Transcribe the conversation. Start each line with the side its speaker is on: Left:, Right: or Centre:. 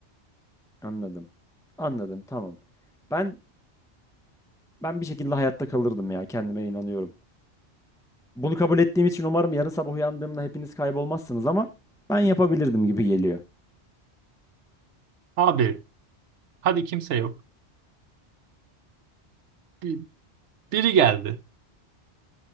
Centre: Anladım. Anladım. Tamam. Ben ben bir şekilde hayatta kalırdım ya. Kendime inanıyorum. Bunu kabul ettiğim için umarım yarın sabah uyandığımda hepiniz kaybolmazsınız ama ben yapabilirdim gibi geliyor.
Right: Abi hadi kimse yok. Bir- Biri geldi